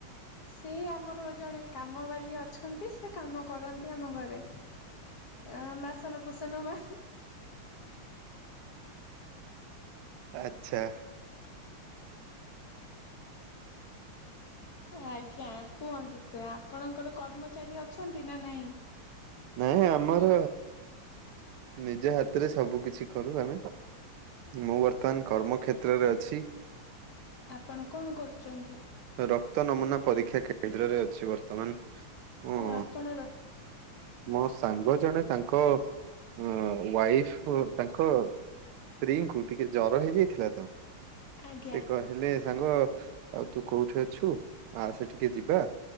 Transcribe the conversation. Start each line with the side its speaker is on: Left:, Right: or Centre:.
Left: ସେ ଆମର ଜଣେ କାମ ବାଲି ଅଛନ୍ତି, ସେ କାମ କରନ୍ତି ଆମ ଘରେ। ଅ, ବାସନ କୁସନ ମା
Right: ଆଚ୍ଛା।
Left: ଆଜ୍ଞା କୁହନ୍ତୁ ତ ଆପଣଙ୍କର କର୍ମଚାରୀ ଅଛନ୍ତି ନା ନାଇଁ?
Right: ନାହି ଆମର ନିଜ ହାତରେ ସବୁ କିଛି କରୁ ଆମେ। ମୁଁ ବର୍ତ୍ତମାନ କର୍ମ କ୍ଷେତ୍ରରେ ଅଛି।
Left: ଆପଣ କଣ କରୁଚନ୍ତି?
Right: ରକ୍ତ ନମୁନା ପରୀକ୍ଷା କେନ୍ଦ୍ରରେ ଅଛି ବର୍ତ୍ତମାନ। ମୁଁ
Left: ଓ ଆପଣ ର
Right: ମୋ ସାଙ୍ଗ ଜଣେ ତାଙ୍କ ଅ, ୱାଇଫ ଓ ତାଙ୍କ ସ୍ତ୍ରୀଙ୍କୁ ଟିକେ ଜର ହେଇଯାଇଥିଲା ତ
Left: ଆଜ୍ଞା
Right: ସେ କହିଲେ ସାଙ୍ଗ ଆଉ ତୁ କୋଉଠି ଅଛୁ ଆ ସେଠିକି ଯିବା।